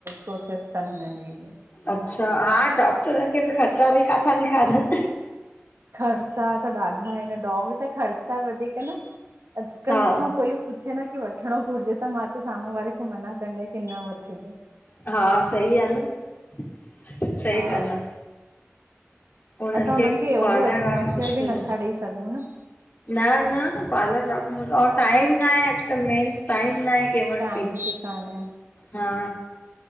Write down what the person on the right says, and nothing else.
प्रोसेस थन हिननि ॼी
ख़र्चा त ॾाढा आहिन डॉग ॼा ख़र्चा वधीक न अॼुकल्ह
मूंखां कोइ पुछे न कि वठिणों घुरिॼे त मां त साम्हूं वारे खे मना कंदी आयां कि न वठिॼे।
हा
असां हुननि खे अहिड़ो
एटमोसफेयर
बि नथा
ॾेई सघूं न
टाइम
बि कान्हे